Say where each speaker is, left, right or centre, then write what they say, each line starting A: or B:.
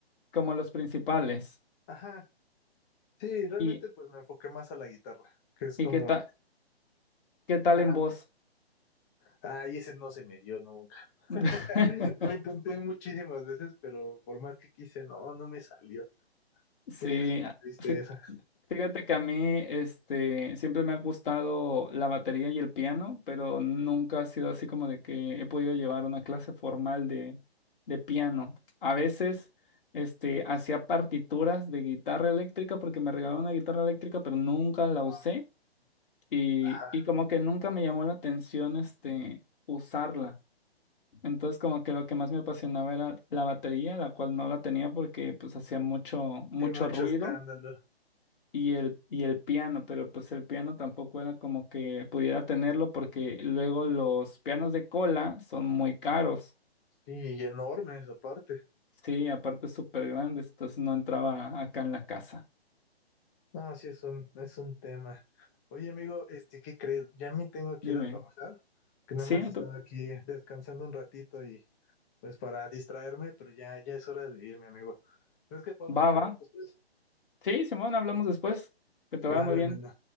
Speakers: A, on the left; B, on the left.
A: como los principales.
B: Ajá, sí, realmente
A: ¿Y,
B: pues me enfoqué más a la guitarra, que es
A: y
B: como...
A: qué tal, qué tal
B: Ajá.
A: en vos?
B: Ay, ese no se me dio nunca.
A: <laughs>
B: <laughs> Lo intenté muchísimas veces, pero por más que quise, no, no me salió.
A: Sí,
B: Sí, es una tristeza.
A: fí- fíjate que a mí este, siempre me ha gustado la batería y el piano, pero nunca ha sido así como de que he podido llevar una clase formal de, de piano. A veces este, hacía partituras de guitarra eléctrica porque me regalaron una guitarra eléctrica, pero nunca la
B: Ah,
A: usé y,
B: Ajá,
A: y como que nunca me llamó la atención este, usarla. Entonces como que lo que más me apasionaba era la batería, la cual no la tenía porque pues hacía mucho, mucho
B: sí, mucho
A: ruido
B: escándalo.
A: y el, y el piano, pero pues el piano tampoco era como que pudiera tenerlo porque luego los pianos de cola son muy caros.
B: Sí, y enormes aparte.
A: Sí, aparte súper grandes, entonces no entraba acá en la casa.
B: No, sí, es un, es un tema. Oye, amigo, este, ¿qué crees? Ya me tengo que
A: Dime,
B: ir a trabajar, que nada
A: sí,
B: más
A: no
B: estaba
A: te-
B: aquí descansando un ratito y pues para distraerme, pero ya, ya es hora de irme, amigo. ¿Crees que podamos
A: va,
B: charlar
A: va.
B: después?
A: Sí, Simón, hablamos después. Que te
B: Vale,
A: vaya muy bien.
B: hermano.